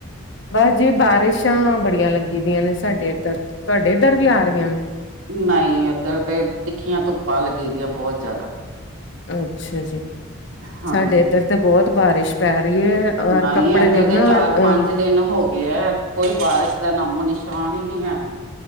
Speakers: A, on the left (about 55°); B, on the right (about 75°).
A: ਬਸ ਜੀ ਬਾਰਿਸ਼ਾਂ ਬੜੀਆਂ ਲੱਗੀ ਦੀਆਂ ਨੇ ਸਾਡੇ ਇੱਧਰ ਤੁਹਾਡੇ ਇੱਧਰ ਵੀ ਆ ਰਹੀਆਂ ਨੇ।
B: ਨਹੀਂ ਉੱਧਰ ਤੇ ਤਿੱਖੀਆਂ ਧੁੱਪਾਂ ਲੱਗੀ ਦੀਆਂ ਬਹੁਤ ਜ਼ਿਆਦਾ।
A: ਅੱਛਾ ਜੀ,
B: ਹਾਂਜੀ
A: ਸਾਡੇ ਇੱਧਰ ਤਾਂ ਬਹੁਤ ਬਾਰਿਸ਼ ਪੈ ਰਹੀ ਹੈ। ਔਰ
B: ਨਹੀਂ
A: ਕੱਪੜੇ
B: ਏਧਰ
A: ਦੇਖਣਾ
B: ਦੇ ਚਾਰ
A: ਅ
B: -ਪੰਜ ਦਿਨ ਹੋ ਗਏ ਹੈ, ਕੋਈ ਬਾਰਿਸ਼ ਦਾ ਨਾਮੋ ਨਿਸ਼ਾਨ ਹੀ ਨਹੀਂ ਹੈ।